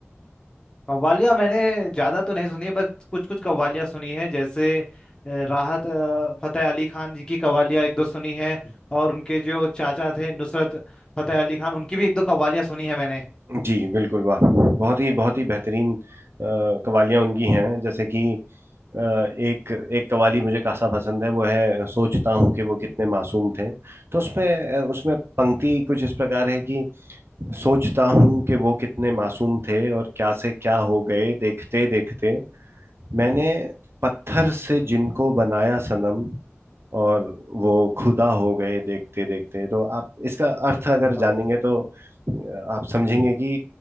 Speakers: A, on the left (about 20°); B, on the right (about 60°).
A: कव्वालियाँ मैंने ज़्यादा तो नहीं सुनी है बस कुछ कुछ कव्वालियाँ सुनी है जैसे अ, राहत अ, फतेह अली खान जी की कव्वालियाँ एक दो सुनी है और उनके जो चाचा थे नुसरत फतेह अली खान उनकी भी एक दो कव्वालियाँ सुनी है मैंने
B: जी बिल्कुल वाह बहुत ही बहुत ही बेहतरीन कवालियां उनकी हैं जैसे कि अ, एक एक कवाली मुझे खासा पसंद है वो है सोचता हूँ कि वो कितने मासूम थे तो उसमें अ, उसमें पंक्ति कुछ इस प्रकार है कि सोचता हूँ कि वो कितने मासूम थे और क्या से क्या हो गए देखते देखते मैंने पत्थर से जिनको बनाया सनम और वो खुदा हो गए देखते देखते तो आप इसका अर्थ
A: अल्लाह
B: अगर जानेंगे तो अ, आप समझेंगे कि